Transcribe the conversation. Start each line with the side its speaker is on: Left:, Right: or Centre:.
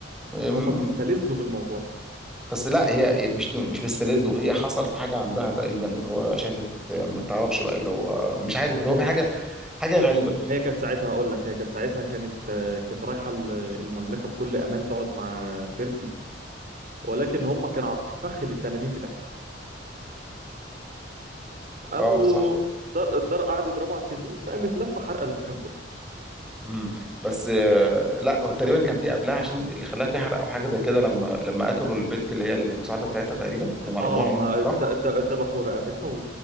Centre: أم،
Right: هم بيستلذوا بالموضوع ده.
Centre: بس لا هي مش مش بتستلذه هي حصل في حاجه عندها تقريبا اللي هو شافت ما تعرفش بقى اللي هو مش عارف اللي
Right: كان
Centre: هو في حاجه
Right: سع...
Centre: حاجه غريبه
Right: هي كانت ساعتها اقول لك هي كانت ساعتها كانت آه، كانت رايحه ال- المملكه بكل امان تقعد مع سيرسي ولكن هم كانوا عاملين فخ للتنانين بتاعتها قاموا
Centre: اه صح
Right: الدار الدار قعد يضربوا على التنين فقامت لفه حرق المكان كله
Centre: امم بس آه، لا هو تقريبا كان في قبلها عشان اللي خلاها تحرق او حاجه زي كده لما لما قتلوا البت اللي هي المساعده بتاعتها تقريبا لما رموها
Right: اه ما
Centre: صح
Right: د- د- ذبحوا رقبتها و...